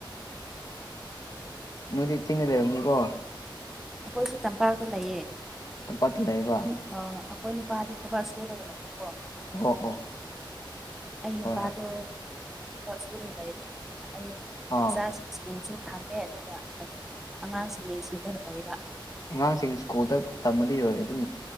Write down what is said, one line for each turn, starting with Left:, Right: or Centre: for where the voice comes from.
Left: ꯅꯣꯢꯗꯤ ꯆꯤꯡꯅ ꯂꯩꯔꯝꯅꯤꯀꯣ
Centre: ꯑꯩꯈꯣꯏꯁꯨ ꯇꯝꯄꯥꯛꯇ ꯂꯩꯌꯦ
Left: ꯇꯝꯄꯥꯛꯇ ꯂꯩꯕ
Centre: ꯑ ꯑꯩꯈꯣꯏ ꯅꯨꯄꯥꯗꯤ ꯊꯕꯛ ꯁꯨꯔꯒ ꯂꯩꯕꯀꯣ
Left: ꯑꯣ ꯑꯣ <inaudible>
Centre: ꯑꯩ ꯅꯨꯄꯥꯗꯣ
Left: ꯍꯣꯏ ꯍꯣꯏ
Centre: ꯁꯨꯗ ꯂꯩꯔꯦ ꯑꯩ
Left: ꯑꯥ
Centre: ꯏꯆꯥꯁꯤꯡ ꯁ꯭ꯀꯨꯜꯁꯨ <inaudible> ꯊꯝꯃꯦ ꯑꯗꯨꯒ ꯑꯗꯨꯝ ꯑꯉꯥꯡꯁꯤꯡ ꯌꯦꯡꯁꯤꯟꯕꯅ ꯐꯩꯕ
Left: ꯑꯉꯥꯡꯁꯤꯡ ꯁ꯭ꯀꯨꯜꯗ ꯇꯝꯃꯗꯤ ꯍꯣꯏ ꯑꯗꯨꯝ